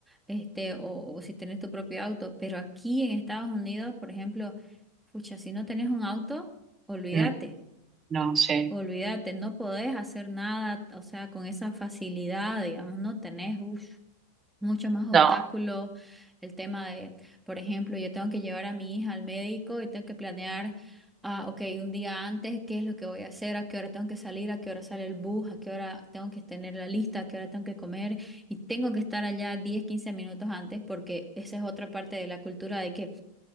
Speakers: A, in the centre; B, on the right (about 20°).
A: este, o, o si tenés tu propio auto, pero aquí en Estados Unidos, por ejemplo, pucha, si no tenés un auto, olvídate,
B: Mm, no, sí.
A: olvídate, no podés hacer nada, o sea, con esa facilidad, digamos, no tenés, uff, mucho más
B: No,
A: obstáculos, el tema de, por ejemplo, yo tengo que llevar a mi hija al médico y tengo que planear, ah, ok, un día antes, qué es lo que voy a hacer, a qué hora tengo que salir, a qué hora sale el bus, a qué hora tengo que tener la lista, a qué hora tengo que comer y tengo que estar allá 10 15 minutos antes porque esa es otra parte de la cultura de que